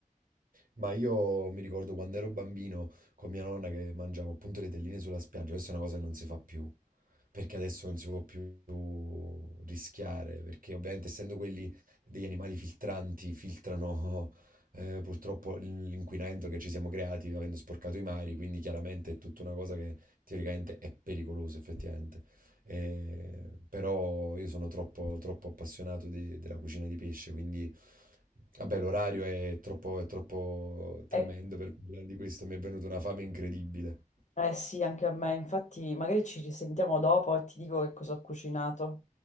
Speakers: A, on the right; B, on the left.
A: Ma io mi ricordo quando ero bambino con mia nonna che mangiavo appunto le telline sulla spiaggia, questa è una cosa che non si fa più. perché adesso non si può più rischiare, perché ovviamente essendo quelli degli animali filtranti, filtrano eh, purtroppo l- l'inquinamento che ci siamo creati avendo sporcato i mari, quindi chiaramente è tutta una cosa che teoricamente è pericolosa effettivamente. Eh, però io sono troppo, troppo appassionato de- della cucina di pesce, quindi vabbè, l'orario è troppo, è troppo tremendo
B: Eh,
A: per parlare di questo, mi è venuta una fame incredibile.
B: eh sì, anche a me, infatti magari ci risentiamo dopo e ti dico che cosa ho cucinato.